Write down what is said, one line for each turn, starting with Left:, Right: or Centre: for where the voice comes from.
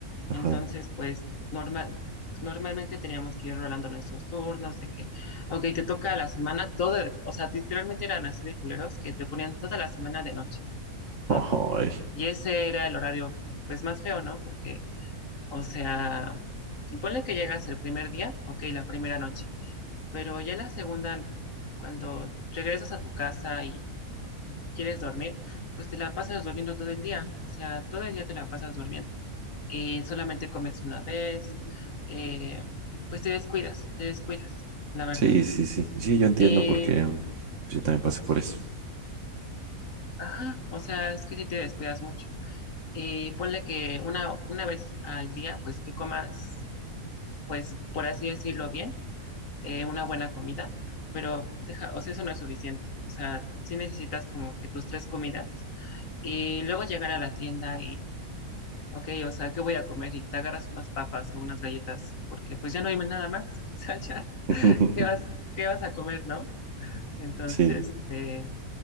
Right: Ajá.
Left: Entonces, pues normal, normalmente teníamos que ir rolando nuestros turnos, de que, ok, te toca la semana toda, o sea, literalmente eran así de culeros que te ponían toda la semana de noche, toda.
Right: Ojo, Ay,
Left: Y ese era el horario, pues más feo, ¿no? Porque, o sea, ponle que llegas el primer día, ok, la primera noche, pero ya la segunda, cuando regresas a tu casa y quieres dormir, pues te la pasas durmiendo todo el día, o sea, todo el día te la pasas durmiendo eh, solamente comes una vez, eh, pues te descuidas, te descuidas, la verdad.
Right: Sí, sí, sí. Sí, yo entiendo
Left: Eh,
Right: porque mm, yo también pasé por eso.
Left: ajá, o sea, es que si te descuidas mucho. Eh, ponle que una, una vez al día, pues que comas, pues por así decirlo bien, eh, una buena comida, pero deja, o sea, eso no es suficiente. O sea, sí necesitas como que tus tres comidas y luego llegar a la tienda y, ok, o sea, ¿qué voy a comer? Y te agarras unas papas o unas galletas porque pues ya no hay nada más. <laughs> O sea, ya
Right: <laughs>
Left: ¿Qué vas, qué vas a comer, no? Entonces,
Right: Sí,
Left: este,